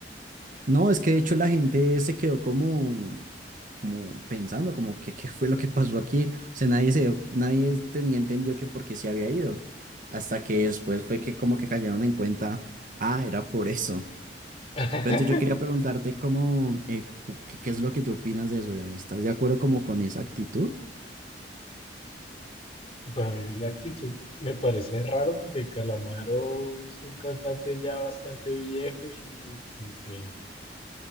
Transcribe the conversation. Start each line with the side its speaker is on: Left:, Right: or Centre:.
Right: No, es que de hecho la gente se quedó como, como pensando, como que qué fue lo que pasó aquí. O sea, nadie se dio- nadie tenía entendido que por qué se había ido. Hasta que después fue que como que cayeron en cuenta, ah, era por eso.
Left: <laughs>
Right: Pero entonces yo quería preguntarte cómo, eh, cu- qué, qué es lo que te opinas de eso. ya, ¿Estás de acuerdo como con esa actitud?
Left: Para mí la actitud me parece raro porque Calamaro es un cantante ya bastante viejo y como que